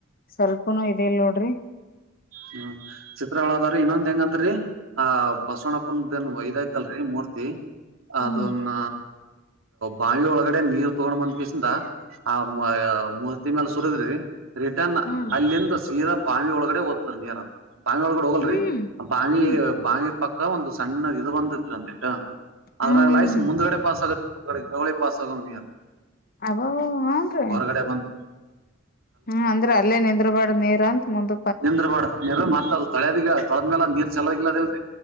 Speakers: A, on the left; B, on the right.
A: ಸ್ವಲ್ಪನು ಇದ ಇಲ್ ನೋಡ್ರಿ.
B: ಹ್ಮ ಚಿತ್ರಗಳ ಅದಾವ್ರಿ ಇನ್ನೊಂದ್ ಹೆಂಗಂದರಿ ಆ ಬಸವಣ್ಣಪ್ಪಂದ ಏನ್ ಒಯ್ ಇದ ಐತಲ್ರಿ ಮೂರ್ತಿ
A: ಹ್ಮ್
B: ಅದೋನ್ನ ಬಾವಿ ಒಳಗಡೆ ನೀರ್ ತಗೊಂಡ ಬಂದ ಕೇಶಿಂದಾ ಆ ಮ ಮೂರ್ತಿ ಮ್ಯಾಲ ಸುರದ್ರಿ ರಿಟರ್ನ್
A: ಹ್ಮ್
B: ಅಲ್ಲಿಂದ ಸೀದಾ ಬಾವಿ ಒಳಗಡೆ ನೀರ್ ಅದ ಬಾವಿ ಒಳಗಡೆ ಹೋಗಲ್ರಿ
A: ಹ್ಮ್
B: ಬಾವಿ
A: ಹ್ಮ್ ಹ್ಮ್
B: ಬಾವಿ ಪಕ್ಕ ಕ್ಕ ಒಂದು ಸಣ್ಣ ಇದು ಬಂದೇತ್ರಿ ಒಂದಿಟ್ಟ ಅದ್ರಲ್ಲಾಯಿಸಿ
A: ಹ್ಮ್
B: ಮುಂದ್ಗಡೆ ಪಾಸ್ ಆಗದ ಮುಂದಗಡೆ <unintelligible> ಪಾಸ್ ಅದಾವ ನೀರ್
A: ಅಬ ಹನ್ರಿ
B: ಹೊರಗಡೆ ಬಂದ
A: ಹ್ಮ್ ಅಂದ್ರ ಅಲ್ಲೇ ನಿಂದರ್ಬಾರದ ನೀರ ಅಂತ ಮುಂದ
B: ನಿಂದ್ರಬಾರ್ದ ನೀರ್ ಮತ್ತ ಅದು ತೊಳ್ಯದಗ ತೋಳದ ಮ್ಯಾಲ ನೀರ್ ಚೆಲ್ಲದ ಗಿಲ್ಲದ ಇಲ್ರಿ